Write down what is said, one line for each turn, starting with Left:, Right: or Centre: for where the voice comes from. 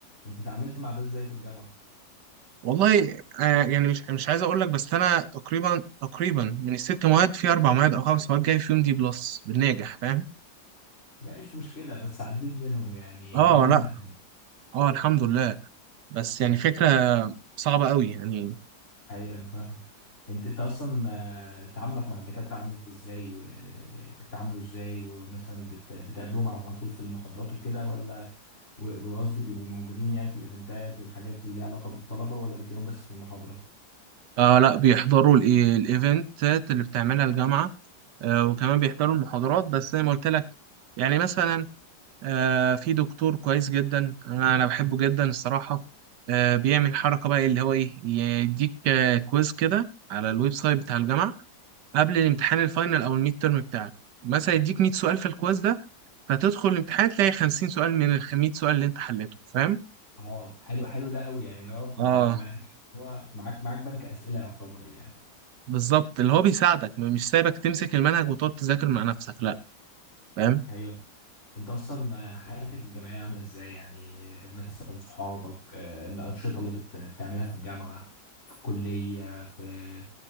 Left: انت اتعاملت مع ده ازاي في الجامعه
Right: والله آه يعني مش مش عايز أقول لك بس أنا تقريبا تقريبا من الست مواد في أربع مواد أو خمس مواد جاي فيهم دي بلس بالناجح فاهم
Left: مبقاش مشكله بس عديت منهم يعني
Right: أه
Left: دي اهم
Right: لأ
Left: حاجه
Right: أه الحمد لله بس يعني
Left: إيه،
Right: فكرة صعبة قوي يعني
Left: ايوه انا فاهم انت انت اصلا آه، تعاملك مع الدكاتره عامل ازاي وبتتعاملوا ازاي ومثلا بت... بتقابلوهم على طول في المحاضرات وكده ولا و- وقصدي بيبقوا موجودين يعني في الايفنتات والحاجات اللي ليها علاقه بالطلبه ولا بتلاقيهم بس في المحاضره
Right: آه لأ بيحضروا الإي- الإيفنتات اللي بتعملها الجامعة آه وكمان بيحضروا المحاضرات بس زي ما قلت لك يعني مثلا آه، في دكتور كويس جدا انا انا بحبه جدا الصراحه آه، بيعمل حركه بقى اللي هو ايه يديك آه، كويز كده على الويب سايت بتاع الجامعه قبل الامتحان الفاينل او الميد تيرم بتاعك مثلا يديك 100 سؤال في الكويز ده فتدخل الامتحان تلاقي 50 سؤال من ال 100 سؤال اللي انت حليته فاهم
Left: اه حلو حلو ده قوي يعني لو بيبقى
Right: اه
Left: مه- هو معاك معاك بنك اسئله يعتبر يعني
Right: بالظبط اللي هو بيساعدك م- مش سايبك تمسك المنهج وتقعد تذاكر مع نفسك لا فاهم
Left: ايوه انت اصلا حياتك الجامعيه عامله ازاي يعني مثلا صحابك آه، الانشطه اللي بت- بتعملها في الجامعه في الكليه في